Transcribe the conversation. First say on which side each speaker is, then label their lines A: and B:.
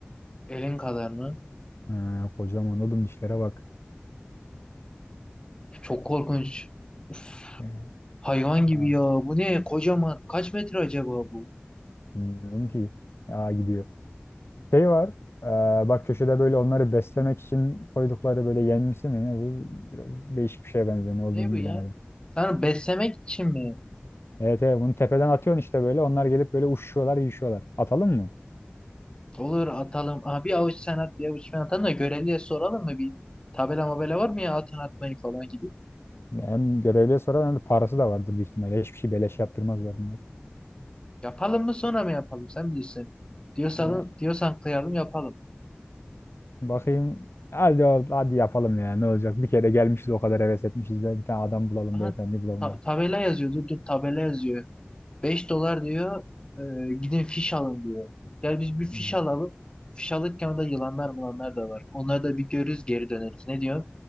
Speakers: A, on the left; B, on the left.
A: Elin kadar mı?
B: Ha, kocaman oğlum dişlere bak.
A: Çok korkunç. Uf,
B: Yani,
A: hayvan gibi
B: Aa,
A: ya. Bu ne? Kocaman. Kaç metre acaba bu?
B: bilmiyorum ki. Ya gidiyor. Şey var. e, bak köşede böyle onları beslemek için koydukları böyle yenmesi mi ne? Bu biraz değişik bir şeye benziyor. Ne olduğunu
A: Ne bu ya?
B: bilemedim.
A: Sen beslemek için mi?
B: Evet evet bunu tepeden atıyorsun işte böyle. Onlar gelip böyle uçuşuyorlar, yiyişiyorlar. Atalım mı?
A: Olur atalım. Aha, bir avuç sen at bir avuç ben atalım da görevliye soralım mı? Bir tabela mabela var mı ya atın atmayı falan gibi.
B: Hem görevliye soralım hem de parası da vardır büyük ihtimalle. Hiçbir şey beleş yaptırmazlar bunlar.
A: Yapalım mı sonra mı yapalım? Sen bilirsin. Diyorsan,
B: Yani
A: diyorsan kıyalım yapalım.
B: bakayım. Hadi, ol- hadi yapalım ya ne olacak? Bir kere gelmişiz o kadar heves etmişiz. Bir tane adam bulalım
A: Aha,
B: beyefendi bulalım.
A: ta- tabela yazıyor. Dur dur tabela yazıyor. 5 dolar diyor. e, gidin fiş alın diyor. Gel biz bir fiş
B: Hmm.
A: alalım. Fiş alırken orada yılanlar mılanlar da var. Onları da bir görürüz geri döneriz. Ne diyor?